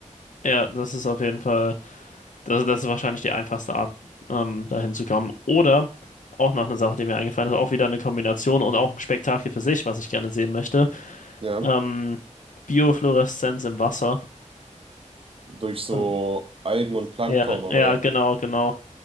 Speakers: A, on the left; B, on the right.
A: ja, das ist auf jeden Fall, das, das ist wahrscheinlich die einfachste Art, ähm, dahin zu kommen. Oder auch noch eine Sache, die mir eingefallen ist, auch wieder eine Kombination und auch ein Spektakel für sich, was ich gerne sehen möchte.
B: Ja.
A: Ähm, Biofluoreszenz im Wasser.
B: Durch so
A: Ähm,
B: Algen und Plankton
A: ja,
B: oder,
A: ja, genau, genau.